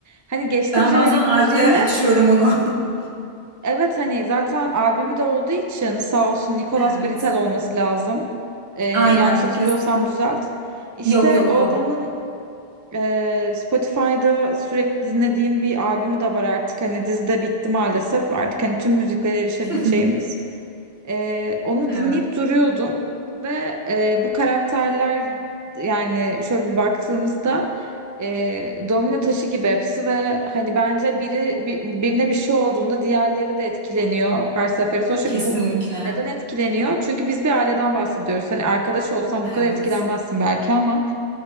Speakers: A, on the right; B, on the right.
A: Hani geçtim
B: Ben
A: jenerik
B: bazen arkaya
A: müziğine.
B: açıyorum onu. <laughs>
A: Evet hani zaten albümü de olduğu için sağ olsun Nicolas
B: Evet.
A: Britel olması lazım. Ee, yanlış
B: Aynen.
A: hatırlıyorsam
B: Kes
A: düzelt. İşte
B: Yok yok
A: o
B: o.
A: adamın e, Spotify'da sürekli dinlediğim bir albümü de var artık. Hani dizide bitti maalesef. Artık hani tüm müziklere erişebileceğimiz.
B: <laughs>
A: Ee, onu
B: Evet.
A: dinleyip duruyordum ve e, bu karakterler yani şöyle bir baktığımızda e, domino taşı gibi hepsi ve hani bence biri bir- birine bir şey olduğunda diğerleri de etkileniyor her seferinde. Sonuçta
B: Kesinlikle.
A: bu neden etkileniyor? Çünkü biz bir aileden bahsediyoruz. Hani arkadaş olsan
B: Evet.
A: bu kadar etkilenmezsin belki ama